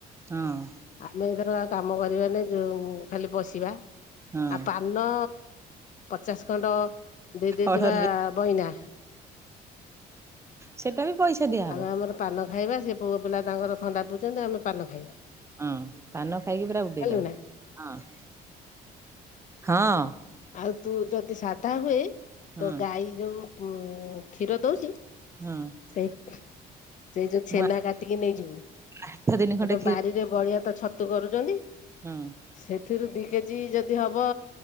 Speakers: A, on the right; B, on the left.
A: ହଁ
B: ଆମେ ଏ ଥରକ ଆଉ କାମ କରିବାନି ଯୋଉ ଖାଲି ବସିବା
A: ହଁ
B: ଆଉ ପା ନ ପଚାଶ ଖଣ୍ଡ ଦେଇ ଦେଇଥିବା
A: ଅର୍ଡର
B: ବଇନା
A: ସେଟା ବି ପଇସା ଦିଆହବ
B: ଆଉ ଆମର ପାନ ଖାଇବା ସେ ପୁଅ ପିଲା ତାଙ୍କର ଥଣ୍ଡା ପିଉଛନ୍ତି ଆମେ ପାନ ଖାଇବା
A: ହଁ ପାନ ଖାଇକି ପୁରା ଉଡେଇଦବା
B: ହେଲୁ ନା
A: ହଁ ହଁ
B: ଆଉ ତୁ ଯଦି ସାଧା ହୁଏ
A: ହଁ
B: ତୋ ଗାଈ ଯୋଉ ଉ କ୍ଷୀର ଦଉଚି
A: ହଁ
B: ସେଇ ସେଇ ଯୋଉ ଛେନା
A: ମୁଁ
B: କାଟିକି ନେଇଯିବୁ
A: ଆଠ ଦିନ ଖଣ୍ଡେ
B: ଏ ତ
A: କ୍ଷୀର
B: ବାରିରେ ବଳିଆ ତ ଛତୁ କରୁଛନ୍ତି
A: ହଁ
B: ସେଥିରୁ ଦି କେଜି ଯଦି ହବ